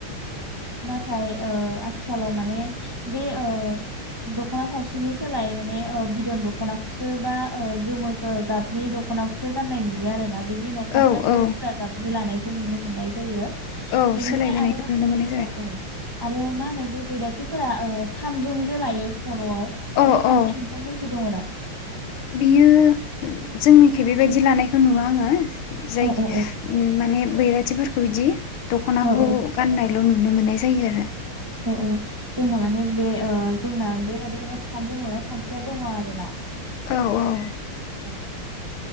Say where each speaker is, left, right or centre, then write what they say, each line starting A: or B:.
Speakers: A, on the right; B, on the left.
A: नाथाय ओ आथिखालाव माने बे ओ दख'ना थावसिनि सोलाय माने ओ बिदन दख'नाखौसो बा ओ गोमो गाबनि दख'नाखौसो गाननाय नुयो आरोना बिनि उनाव फास्राखौ
B: औ औ
A: गोजा गाबनि लानाय खौ नुनो मोननाय जायो
B: औ
A: बेनिफ्राय
B: सोलायबोनायखौ
A: आरो
B: नुनो मोनो।
A: औ औ आरो मा होनो बै बैरा फोरा ओ खानजुं जे लायो खर'आव
B: औ
A: बे खान्थिया
B: औ
A: नोंथांमोनथि दङ दा?
B: बियो जोंनिखि बेबायदि लानायखौ नुवा आङो। जायखि
A: औ औ
B: ओ माने बैरा थि फोरखौ इदि दख'नाखौ
A: औ औ
B: गाननाय ल' नुनो मोननाय जायो आरो।
A: अ औ। जोंना माने बे ओ जोंना बेबायदि माने खान्जुं लुनाय खान्थिया दङ आरो ना।
B: औ औ।
A: औ।